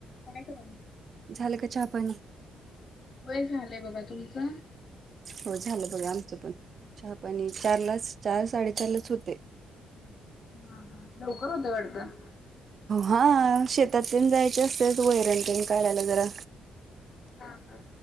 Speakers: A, on the left (about 50°); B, on the right (about 50°).
A: काय करायला?
B: झालं का चहापानी
A: वय झालंय बघा तुमचं?
B: हो झालं बघा आमचं पण चहापाणी चारलाच चार साडेचार लाच होते.
A: हा हा. लवकर होते वाढतं.
B: हा शेतात प जायचे असतेच वैरण पन काढायला जरा
A: हा हा.